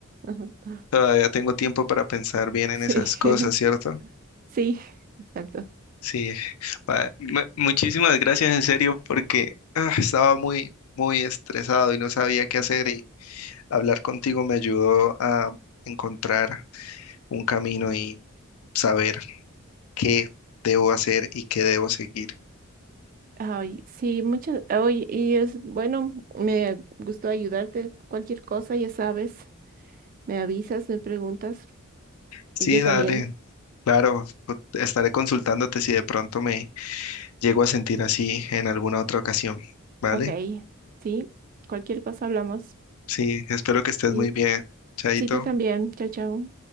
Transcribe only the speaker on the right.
Ajá.
Sí,
<laughs>
sí, exacto.
Ay, sí, muchas. Oye, y es bueno, me gustó ayudarte. Cualquier cosa, ya sabes, me avisas, me preguntas
y yo
también.
Ok, sí, cualquier cosa hablamos.
Sí,
sí, tú también. Chao, chao.